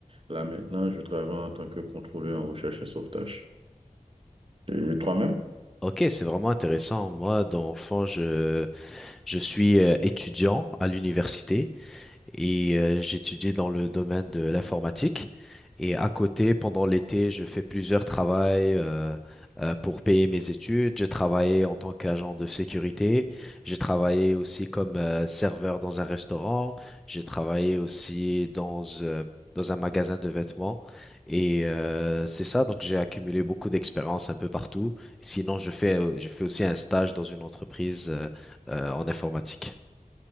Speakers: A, on the right; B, in the centre.
A: Là maintenant, je travaille en tant que contrôleur en recherche et sauvetage. Et toi-même?
B: Ok, c'est vraiment intéressant. Moi, dans le fond, je, je suis euh, étudiant à l'université et euh, j'étudie dans le domaine de l'informatique. Et à côté, pendant l'été, je fais plusieurs travails euh, euh, pour payer mes études. J'ai travaillé en tant qu'agent de sécurité. J'ai travaillé aussi comme euh, serveur dans un restaurant. J'ai travaillé aussi dans, euh, dans un magasin de vêtements. Et euh, c'est ça, donc j'ai accumulé beaucoup d'expérience un peu partout. Sinon, je fais, euh, je fais aussi un stage dans une entreprise euh, euh, en informatique.